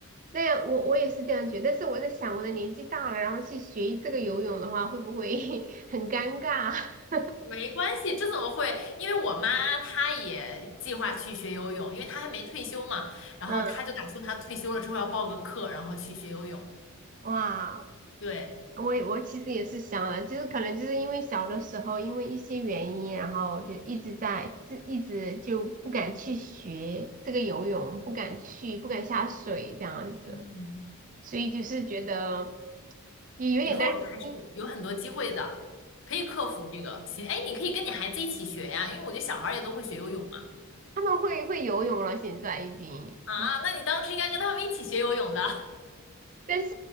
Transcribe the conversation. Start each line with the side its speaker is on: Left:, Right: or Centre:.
Right: 那样我我也是这样觉得，但是我在想，我的年纪大了，然后去学这个游泳的话，会不会 <laughs> 很尴尬？<laughs>
Left: 没关系，这怎么会？因为我妈她也计划去学游泳，因为她还没退休嘛。然后她就打算她退休了之后要报个课，
Right: 嗯，
Left: 然后去学游泳。
Right: 哇。
Left: 对，
Right: 我也我其实也是想了，就是可能就是因为小的时候因为一些原因，然后就一直在自一直就不敢去学这个游泳，不敢去不敢下水这样子，
Left: 嗯。
Right: 所以就是觉得也有点担心
Left: 以后还是有有很多机会的，可以克服这个心。哎，你可以跟你孩子一起学呀，因为我觉得小孩儿也都会学游泳嘛。
Right: 他们会会游泳了，现在已经就是，
Left: 啊，那你当时应该跟他们一起学游泳的。
Right: 但是